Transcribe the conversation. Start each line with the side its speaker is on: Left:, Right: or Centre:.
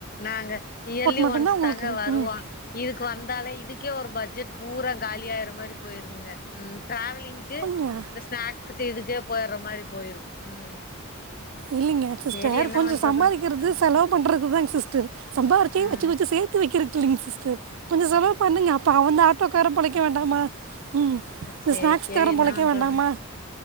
Left: நாங்க இயர்லி
Right: மட்டும்தான்
Left: ஒன்ஸ்
Right: உங்களுக்கு
Left: தாங்க வருவோ
Right: ம்
Left: இதுக்கு வந்தாலே இதுக்கே ஒரு பட்ஜெட் பூரா காலியாயிற மாரி போயிருந்துங்க ம் டிராவலிங்க்கு
Right: கொஞ்சம்
Left: இந்த ஸ்நாக்ஸ் துக்கே இதுக்கே போயர்ற மாரி போயிரு ம்
Right: இல்லிங்க சிஸ்டர்
Left: சேரி என்ன
Right: கொஞ்சோ
Left: பண்றது
Right: சம்பாதிக்கறது செலவு பண்றதுதாங்க சிஸ்டர் சம்பாரிச்சி
Left: ம்
Right: வச்சு வச்சு சேத்து வைக்கிரதுல்லீங்க சிஸ்டர் கொஞ்சோ செலவு பண்ணுங்க அப்ப அவந்தா ஆட்டோக்காரன் பொழைக்க வேண்டாமா ம் இந்த
Left: சேரி
Right: ஸ்நாக்ஸ்
Left: சேரி
Right: காரே
Left: என்ன
Right: பொழைக்க
Left: பண்றது
Right: வேண்டாமா